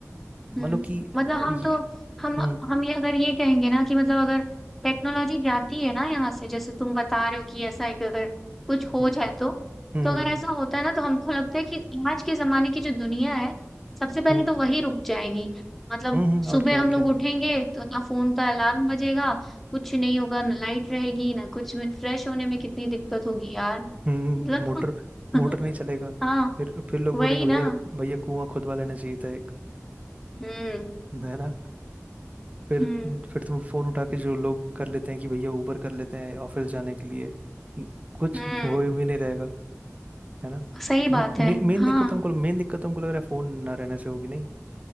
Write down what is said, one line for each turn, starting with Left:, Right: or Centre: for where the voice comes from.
Centre: हम्म
Right: मतलब कि
Centre: मतलब
Right: वो
Centre: हम
Right: ये
Centre: तो हम
Right: हम्म
Centre: हम ये अगर ये कहेंगे ना कि मतलब अगर टेक्नोलॉजी जाती है ना यहाँ से जैसे तुम बता रहे हो कि ऐसा एक अगर कुछ हो
Right: हम्म
Centre: जाए तो
Right: हम्म
Centre: तो अगर ऐसा होता है ना तो हमको लगता है कि आज के जमाने की जो दुनिया है सबसे पहले
Right: हम्म
Centre: तो वही रुक जाएगी मतलब
Right: हम्म, हम्म, और
Centre: सुबह
Right: क्या और
Centre: हम लोग
Right: क्या
Centre: उठेंगे तो ना फोन का अलार्म बजेगा कुछ नहीं होगा ना लाइट रहेगी ना कुछ में फ्रेश होने में कितनी दिक्कत होगी यार मतलब
Right: हम्म हम्म, मोटर
Centre: <laughs>
Right: मोटर नहीं चलेगा
Centre: हाँ
Right: फिर फिर लोग
Centre: वही
Right: बोलेंगे भैया
Centre: ना
Right: भैया कुआं खुदवा लेना चाहिए था एक
Centre: हम्म
Right: है ना फिर
Centre: हम्म
Right: फिर तुम फोन उठा के जो लोग कर लेते हैं कि भैया उबर कर लेते हैं ऑफिस जाने के लिए कुछ
Centre: हम्म
Right: वो भी नहीं रहेगा है ना
Centre: सही बात
Right: मे, मे,
Centre: है
Right: मेन
Centre: हाँ
Right: दिक्कत तुमको मेन दिक्कत तुमको लग रहा है फोन ना रहने से होगी नहीं